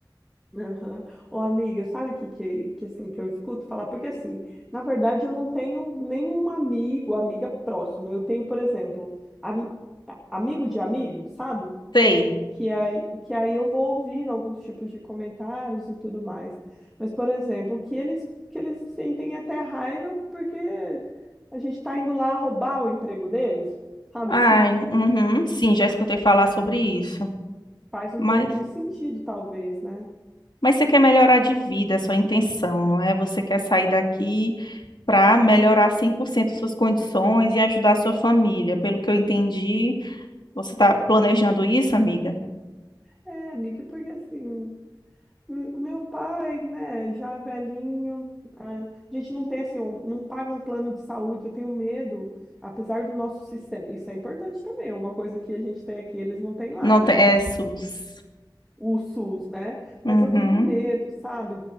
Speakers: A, in the centre; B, on the left.
A: Aham. Ô, amiga, sabe o que, que, que, assim, que eu escuto falar? Porque, assim, na verdade, eu não tenho nenhum amigo, amiga próxima. Eu tenho, por exemplo, ami- a- amigo de amigo, sabe?
B: Sei.
A: Que aí, que aí eu vou ouvindo alguns tipos de comentários e tudo mais. Mas, por exemplo, que eles, que eles sentem até raiva porque a gente tá indo lá roubar o emprego deles, sabe?
B: Ai,
A: Sim,
B: uhum, sim, já escutei falar sobre isso.
A: faz um
B: Mas,
A: pouco de sentido, talvez, né?
B: mas você quer melhorar de vida, é sua intenção, não é? Você quer sair daqui. para melhorar 100% suas condições e ajudar a sua família. Pelo que eu entendi, você está planejando isso, amiga?
A: É, amiga, porque assim. M- Meu pai, né, já velhinho, a a gente não tem assim, um- não paga um plano de saúde, eu tenho medo, apesar do nosso sistema, isso é importante também, é uma coisa que a gente tem aqui, eles não têm lá,
B: Não
A: né?
B: tem, é SUS.
A: O SUS, né? Mas
B: Uhum.
A: eu tenho medo, sabe,